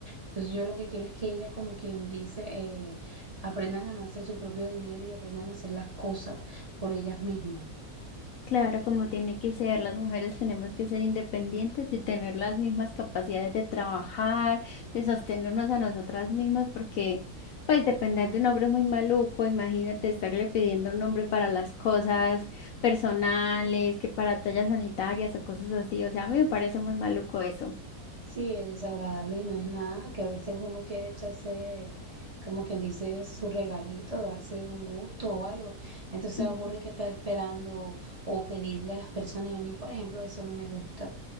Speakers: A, on the right (about 25°); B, on the left (about 70°).
A: Entonces yo lo que quiero es que ellas, como quien dice, eh, aprendan a ganarse su propio dinero y aprendan a hacer las cosas por ellas mismas.
B: claro, como tiene que ser, las mujeres tenemos que ser independientes y tener las mismas capacidades de trabajar, de sostenernos a nosotras mismas, porque pues depender de un hombre es muy maluco, imagínate estarle pidiendo a un hombre para las cosas personales, que para tallas sanitarias o cosas así, o sea, a mí me parece muy maluco eso.
A: Sí, es desagradable y no es nada, que a veces uno quiere echarse, como quien dice, su regalito, darse un gusto o algo. Entonces
B: Ujú.
A: juro que está esperando o o pedirle a las personas. Y a mí, por ejemplo, eso no me gusta.